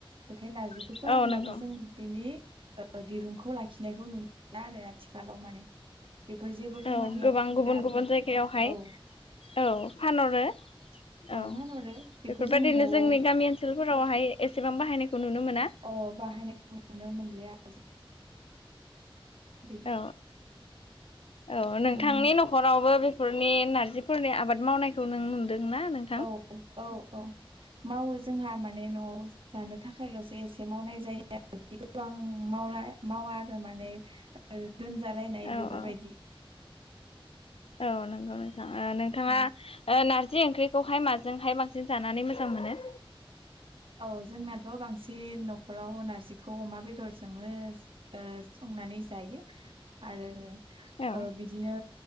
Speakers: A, on the right (about 65°); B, on the left (about 80°).
A: बेखायनो नारजि
B: औ
A: फोरानब्लाबो
B: औ नंगौ
A: जों बेनि दिरुंखौ लाखिनायखौ नुनो‌ आरो आथिखालाव माने बेफोर जेबो खामानियाव
B: औ गोबां
A: फैला
B: गुबुन गुबुन जायगायावहाय
A: औ
B: औ फानहरो औ
A: फानहरो बेखौ
B: बेफोरबायदिनो
A: जों न'आव
B: जोंनि गामि ओनसोलफोरावहाय एसेबां बाहायनायखौ नुनो मोना
A: अ बाहायनायखौ नुनो मोनलिया आरो जों बिदि
B: औ औ नोंथांनि
A: उम,
B: न' खरावबो बेफोरनि नारजिफोरनि आबाद मावनायखौ नों नुदोंना नों
A: औ औ औ मावो जोंहा माने न'आव जानो थाखायल'सो एसे मावनाय जायो आरो गोबां मावला मावा आरो माने दोनजालायनाय
B: औ
A: बेफोरबायदि
B: औ औ नंगौ नोंथां ओ नोंथाङा
A: औ
B: ओ नारजि ओंख्रिखौहाय माजोंहाय बांसिन जानानै मोजां मोनो
A: औ जोंनाथ' बांसिन न'खराव नारजिखौ अमा बेदरजोंनो ओ संनानै जायो आरो
B: औ
A: ओ बिदि दिनो